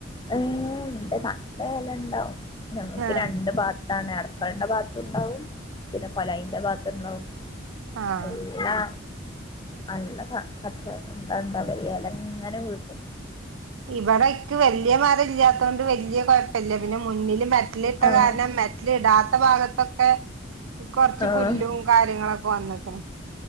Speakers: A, on the left; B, on the right.
A: ഏ ഉണ്ട് നല്ല എല ഉണ്ടാവും ഞങ്ങൾക്ക്
B: ആഹ്
A: രണ്ട് ഭാത്താണ് ഇട പക്കളിന്റെ ഭാഗത്തുണ്ടാവും പിന്നെ കൊലായിന്റെ ഭാഗത്തുണ്ടാവും
B: ആഹ്
A: എല്ലാ നല്ല കച്ച ഇന്താണ്ട അവര് ഇല ഇങ്ങനെ വഴക്കും
B: ഇവിടെക്ക് വലിയ മരം ഇല്ലാത്ത കൊണ്ട് വല്ിയ കുഴപ്പില്ല പിന്നെ മുന്നില് മറ്റ മെറ്റലിട്ട
A: ആഹ്
B: കാരണം മെറ്റലിടാ ഇത്തെ ഭാഗത്തൊക്കെ കൊറച്ച്
A: ആഹ്
B: പുല്ലും കാര്യങ്ങളൊക്കെ വന്നക്കണ്